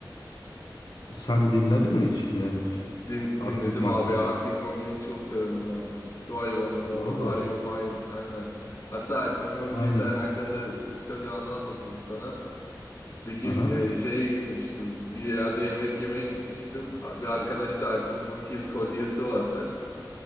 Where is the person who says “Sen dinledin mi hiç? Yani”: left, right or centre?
Left